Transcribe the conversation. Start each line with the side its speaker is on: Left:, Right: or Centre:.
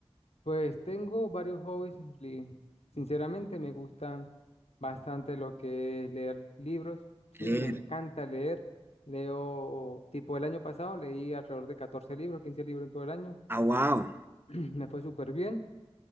Left: Pues tengo varios hobbies. li- Sinceramente me gusta bastante lo que es leer libros. Sí,
Right: Leer.
Left: me encanta leer. Leo, tipo el año pasado leí alrededor de 14 libros, 15 libros en todo el año.
Right: Ah, wow.
Left: <clears throat> Me fue súper bien.